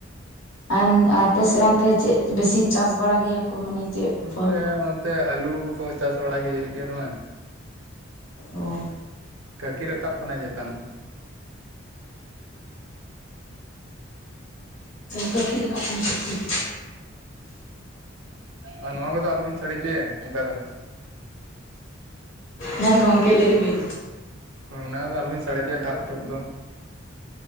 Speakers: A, on the left; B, on the right.
A: ᱟᱨ ᱟᱯᱮ ᱥᱮᱫ ᱚᱱᱛᱮ ᱪᱮᱫ ᱵᱮᱥᱤ ᱪᱟᱥ ᱵᱟᱲᱟ ᱜᱮᱭᱟ ᱠᱚ ᱢᱟᱱᱮ? ᱪᱮᱫ
B: ᱱᱚᱛᱮ
A: ᱠᱚ?
B: ᱚᱱᱛᱮ ᱟᱞᱩ ᱠᱚ ᱪᱟᱥ ᱵᱟᱲ ᱜᱮ ᱦᱩᱭᱩᱜ ᱜᱮᱭᱟ ᱛᱮ᱾
A: ᱚ
B: ᱠᱟᱹᱠᱤ ᱨᱟᱠᱟᱵ ᱠᱟᱱᱟ ᱪᱮᱛᱟᱱ
A: ᱠᱟᱹᱠᱷᱤ ᱨᱟᱠᱟᱵ ᱠᱟᱱᱟᱭ ᱥᱮ ᱪᱮᱫ?
B: ᱟᱨ ᱱᱚᱶᱟ ᱠᱚᱫᱚ ᱟᱞᱚᱵᱮᱱ ᱥᱟᱰᱮ ᱦᱚᱪᱚᱭᱟ ᱱᱚᱝᱠᱟ ᱫᱚ
A: ᱦᱮᱸ ᱜᱚᱢᱠᱮ ᱞᱟᱹᱭ ᱵᱤᱱ
B: ᱦᱮ ᱚᱱᱟ ᱠᱚᱫᱚ ᱟᱞᱚ ᱵᱮᱱ ᱥᱟᱰᱮ ᱪᱚᱭᱟ ᱴᱷᱟᱯ ᱴᱩᱵ ᱫᱚ